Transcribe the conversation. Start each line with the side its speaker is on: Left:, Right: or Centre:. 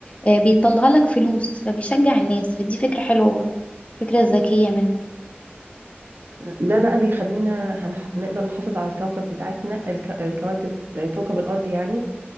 Left: آه، بيطلع لك فلوس فبيشجع الناس فدي فكره حلوه برضو فكره ذكيه منهم
Right: ده بقى بيخلينا هنح... نقدر نحافظ على الكوكب بتاعتنا الك... الكواكب كوكب الأرض يعني